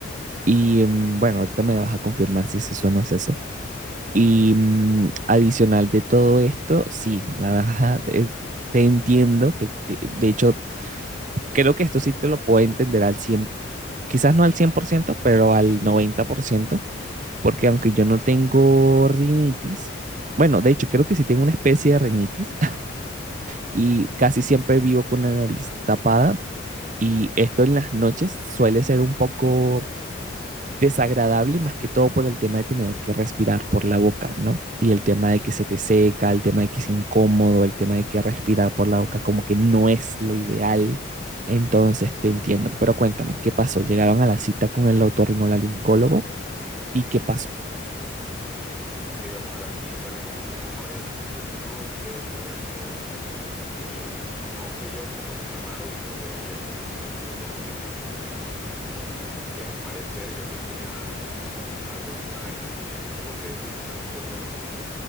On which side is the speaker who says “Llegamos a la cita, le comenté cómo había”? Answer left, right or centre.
Centre